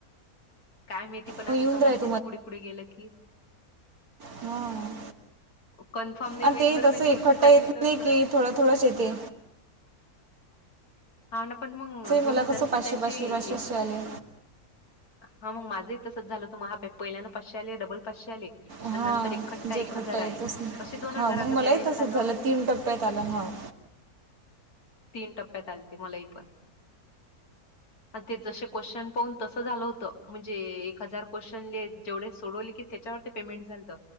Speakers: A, on the left; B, on the right.
A: काय मिहिहती पण आता
B: हो येऊन
A: समजतेस
B: राहील
A: पुढे पुढे गेलं की.
B: हम्म!
A: कन्फर्म नाही
B: आणि
A: माहित
B: ते
A: बरं
B: तस
A: मी
B: इखटठा
A: तुलाच सांगितलं
B: येत नाही
A: असं.
B: कि थोडं थोडं शेती
A: हा ना पण मग दोन
B: मला
A: हजाराच्या
B: कसं पाचशे
A: जागची.
B: पाचशे पाचशे पाचशे आले
A: हा मग माझं तसच झालं तु मग हा पहिल्याना पाशे आले डबल पाचशे आले.
B: हां
A: नंतर एक खट्टा
B: जे इखट्टा
A: एक हजार
B: येतच
A: आली
B: नाही
A: अस दोन हारा
B: हां मग मलाही
A: पेमेंट
B: तसंच
A: झालं.
B: तीन टप्प्यात आलं हाव
A: तीन टप्प्यात आलीते मलाही पण. ते जसे क्वेश्चन पाहून तसं झालं होतं म्हणजे एक हजार क्वेश्चन जेवढे सोडवले की त्या पेमेंट झा